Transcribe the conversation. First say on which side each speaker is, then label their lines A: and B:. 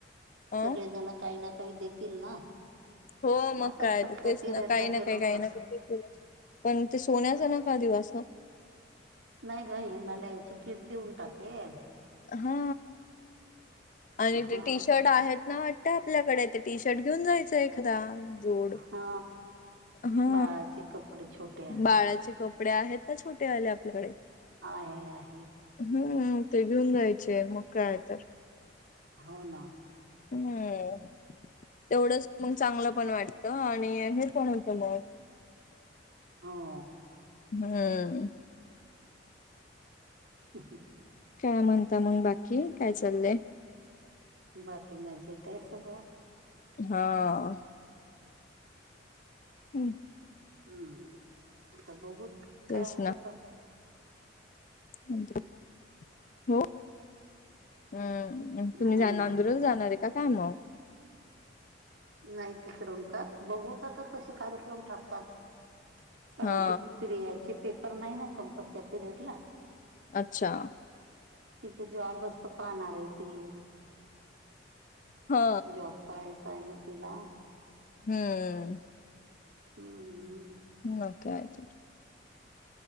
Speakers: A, on the left (about 45°); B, on the right (about 80°).
A: अ
B: सगळे जण काही ना काही देतील ना.
A: हो मग
B: आपण
A: काय
B: जर
A: तेच
B: त्या पिरियडला
A: ना काही ना
B: गेलो
A: काही काही
B: तर.
A: ना काही देतीलच. पण ते सोन्याचा
B: हं.
A: नका दिवस हा.
B: नाही का हिमालयाची कीट देऊन टाकेल.
A: हा आणि
B: हा
A: ते टीशर्ट आहेत ना वाटतं आपल्याकडे ते टीशर्ट घेऊन जायचं एखादा जोड
B: हा
A: हा
B: बाळाचे कपडे छोट्या.
A: बाळाचे कप पडे आहेत तर छोटे वाले आपल्याकडे.
B: आहे आहे.
A: हम्म ते घेऊन जायचे मग काय आता.
B: हो ना.
A: हम्म तेवढंच मग चांगलं पण वाटतं आणि अ हे पण होतं मग.
B: हो.
A: हम्म.
B: ह ह.
A: का म्हणता मंग बाकी काय चाललंय?
B: बाकी मजेत आहे सगळं.
A: हा. हम्म.
B: हम्म आता बघूत काय
A: तेच
B: होते
A: ना
B: तर.
A: <unintelligible> हो. हम्म तुम्ही
B: हो
A: जाना
B: ना.
A: अंदुरही जाणार आहे का काय मग?
B: नाही तिकडून का बघूत आता कसं कार्यक्रम ठरतात. कारण
A: हा
B: की प्रियाचे पेपर नाही ना संपत्त त्या पिरियडला.
A: अच्छा.
B: तिच्या जॉबच तर पाहणार आहे ती.
A: हा
B: जॉब पाहायचा आहे ना तिला.
A: हम्म.
B: हम्म हम्म.
A: मग काय तर?